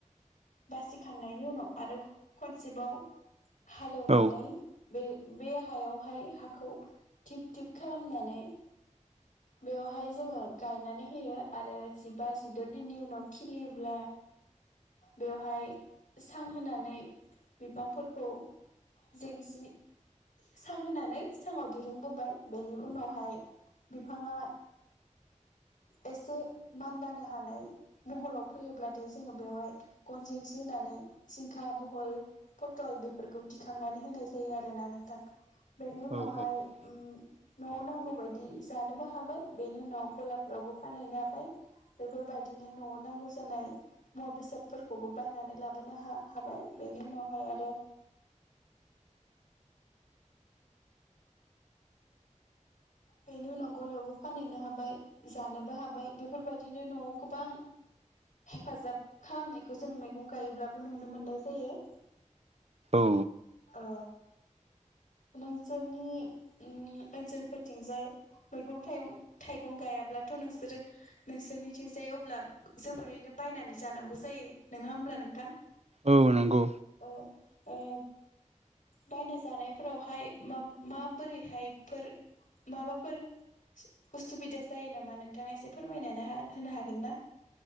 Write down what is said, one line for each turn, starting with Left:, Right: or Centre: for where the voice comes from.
Left: बासिखांनायनि उनाव आरो खनसेबाव हालेवनानै
Right: औ
Left: बे बे हायावहाय हाखौ थिब थिब खालामनानै बेवहाय जोङो गायनानै होयो आरो जिबा जिद' दिननि उनाव खिलियोब्ला बेवहाय सां होनानै बिफांफोरखौ जेंसि सां होनानै साङाव दिरुंबोबाय बेनि उनावहाय बिफाङा एसे मानलानो हानाय महराव फैयोब्लाथाय जोङो बेवहाय गन जेंसि होनानै जिंखा बहल पथल बेफोरखौ दिखांनानै होनाय जायो आरोना नोंथां। बेनि उनावहाय
Right: औ
Left: उम न'आव नांगौ बायदि जानोबो हाबाय बेनि उनाव गला फ्रावबो फानहैनो हाबाय। बेफोरबायदिनो न'आव नांगौ जानाय मुवा बेसादफोरखौबो बायनानै लाबोनो हा-हाबाय बेनि उनावहाय आरो बेनि उनाव गलायावबो फानहैनो हाबाय जानोबो हाबाय बेफोरबायदिनो न'आव गोबां हेफाजाब खालामनायखौ जों मैगं गायोब्लाबो नुनो मोननाय जायो।
Right: औ
Left: अ नोंसोरनि उम ओनसोलफोरथिंजाय मैगं थाइगं थाइगं गायाब्लाथ' नोंसोरो नोंसोरनिथिंजाय अब्ला जोबोरैनो बायनानै जानांगौ जायो नोङा ओमब्ला नोंथां?
Right: औ नंगौ।
Left: ओ ओ बायना जानायफोरावहाय मा मा बोरैहायफोर माबाफोर सु उसुबिदा जायो नामा नोंथाङा एसे फोरमायनानै हा होनो हागोन ना?